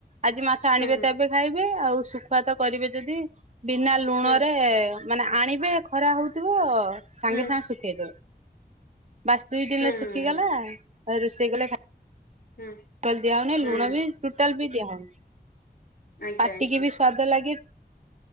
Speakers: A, on the right (about 40°); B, on the left (about 60°).
A: ଆଜି ମାଛ ଆଣିବେ
B: ହୁଁ
A: ତ ଏବେ ଖାଇ ଵେ ଆଉ ଶୁଖୁଆ ତ କରିବେ ଯଦି ବିନା ଲୁଣରେ।
B: ହୁଁ
A: ମାନେ ଆଣିବେ ଖରା ହଉଥିବ ସାଙ୍ଗେ
B: ହୁଁ
A: ସାଙ୍ଗେ ଶୁଖେଇଦ ବାସ୍ ଦୁଇ ଦିନ
B: ହୁଁ
A: ଶୁଖିଗଲା
B: ହୁଁ।
A: ତାପରେ ରୋଷେଇ କଲେ ଖା
B: ହୁଁ
A: ଟାଲ ଦିଆ ହଉନି
B: ହୁଁ
A: ଲୁଣ ବି ଟୋଟାଲ ବି ଦିଆହଉନି
B: ଆଜ୍ଞା
A: ପାଟିକି
B: ଆଜ୍ଞା।
A: ବି ସ୍ଵାଦ ଲାଗେ।